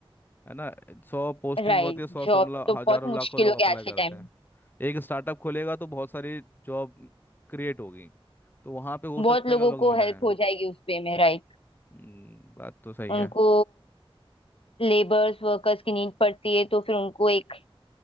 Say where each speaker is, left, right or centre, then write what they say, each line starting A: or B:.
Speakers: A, on the left; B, on the left.
A: है ना सौ पोस्टिंग
B: राइट
A: होती है सौ
B: जॉब
A: सौ मतलब
B: तो बहुत
A: हजारों
B: मुश्किल
A: लाखों लोग
B: हो
A: अप्लाई
B: गया आज के
A: करते
B: टाइम
A: हैं
B: में
A: एक स्टार्टअप खोलेगा तो बहुत सारी जॉब क्रिएट होगी तो वहां पे हो
B: बहुत
A: सकता
B: लोगों
A: है कि लोग
B: को
A: मिले
B: हेल्प
A: हैं
B: हो जाएगी उस पे में राइट
A: हम्म, बात तो सही है
B: उनको लेबर्स वर्कर्स की नीड पड़ती है तो फिर उनको एक